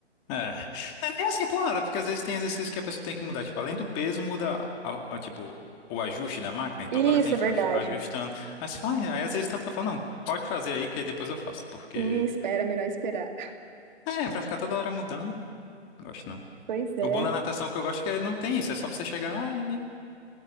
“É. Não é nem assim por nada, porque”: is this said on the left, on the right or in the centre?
Left